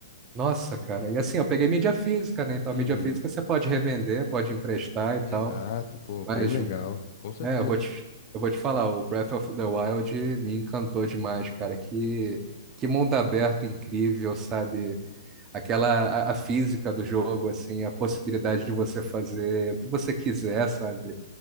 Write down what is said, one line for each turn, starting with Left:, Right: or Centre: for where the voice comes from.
Right: Nossa, cara. E assim, eu peguei mídia física, né? Então,
Left: Uhum,
Right: a mídia física você pode revender, pode emprestar e tal.
Left: exato, pô,
Right: Mas,
Left: bem legal, com certeza.
Right: né? eu vou te, eu vou te falar, o Breath of the Wild me encantou demais, cara. Que, que mundo aberto incrível, sabe? aquela a, a física do jogo, assim, a possibilidade de você fazer o que você quiser, sabe?